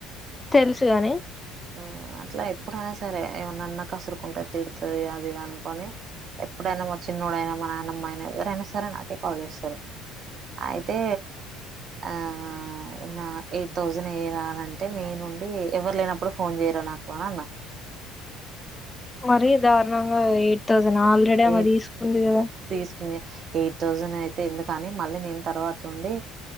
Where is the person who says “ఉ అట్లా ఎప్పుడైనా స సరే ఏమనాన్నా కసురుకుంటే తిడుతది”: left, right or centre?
Right